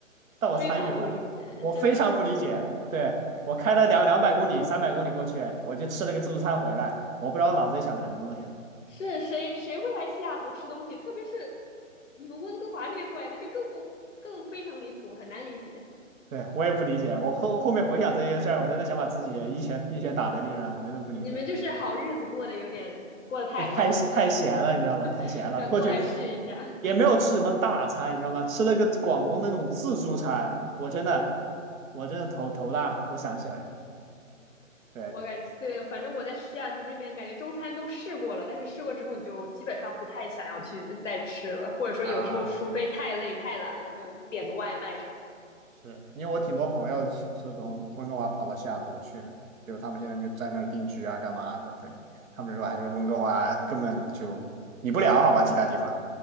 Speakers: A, on the right; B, on the left.
A: 但我参与了，
B: 非常不理解，
A: 我非常不理解。
B: 真的。
A: 对，我开了两两百公里、三百公里过去，我就吃了个自助餐回来，我不知道脑子里想的什么东西。
B: 是谁谁会来西雅图吃东西？特别是你们温哥华那边过来，那就更不更非常离谱，很难理解。
A: 对，我也不理解。我后后面回想这些事儿，我真的想把自己一拳一拳打在地上。我真的不理解，
B: 你们就是好日子过得有点过得太好了，
A: 对，太太闲了，
B: 就想 <laughs>
A: 你知道吧？太闲了，
B: 想过来试一下。
A: 过去也没有吃什么大餐，你知道吧？吃了个广东那种自助餐，我真的，我真的头头大。我想起来，对
B: 我感觉对，反正我在西雅图这边感觉中餐都试过了，但是试过之后你就基本上不太想要去再吃了，或者说有时候除非太累太懒了，
A: 啊，
B: 就点个外卖什么
A: 是因为我挺多朋友是是从温哥华跑到西雅图去的，就他们现在就在那儿定居啊，干嘛的？对，他们说还是温哥华根本就比不了，好吧，其他地方。